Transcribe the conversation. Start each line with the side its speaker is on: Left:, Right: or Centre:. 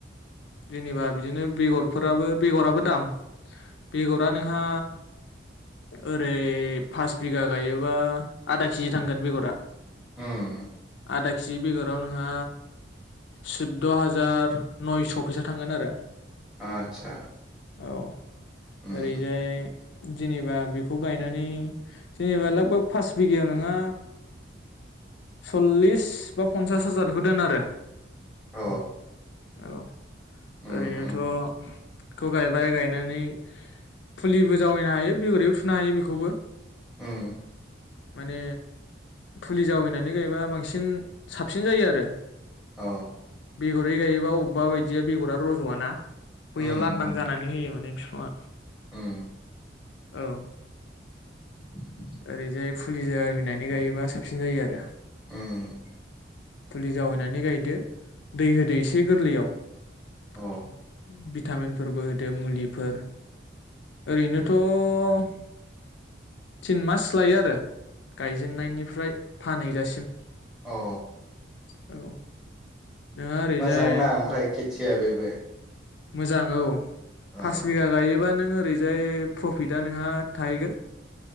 Left: जेनेबा बिदिनो बेगरफोराबो बेगराबो दाम बेगरा नोंहा ओरै फास बिगा गायोबा आदा केजि थांगोन बेगरा
Centre: उम
Left: आदा केजि बेगराव नोंहा सुद्द' हाजार नयस' फैसा थांगोन आरो
Centre: आतसा
Left: औ
Centre: उम
Left: ओरैजाय जेनेबा बेखौ गायनानै जेनेबा लोगभोग पास बिगायाव नोङो सल्लिस बा पन्सास हाजार बेखौ दोन आ रो
Centre: अ
Left: औ
Centre: उम
Left: ओरैनोथ'
Centre: उम
Left: खौ गायबाय गायनानै फुलिबो जावैनो हायो बेगरैबो थुनो हायो बेखौबो
Centre: उम
Left: माने फुलि जावैनानै गायबा बांसिन साबसिन जायो आरो
Centre: अ
Left: बेगरै गायो अबेबा अबेबा बायदिया बेगरा रज'आना बैयाव
Centre: उम
Left: लांदां
Centre: उम
Left: जानानै होयो माने बिफाङा
Centre: उम
Left: औ
Centre: <inaudible>
Left: ओरैजाय फुलि जावैनानै गायोबा साबसिन जायो आरो
Centre: उम
Left: फुलि जावैनानै गायदो दै होदो एसे गोरलैयाव <unintelligible>
Centre: अ
Left: भिटामिनफोरबो होदो मुलिफोर ओरैनोथ' तिन मास लायो आरो गायजेननायनिफ्राय फानहैजासिम
Centre: औ
Left: औ नोंहा ओरैजाय
Centre: मोजां ना ओमफ्राय खि थिया बेबो
Left: मोजां औ
Centre: अ
Left: फास बिघा गायोबा नों ओरैजाय प्रफिटा नोंहा थाहैगोन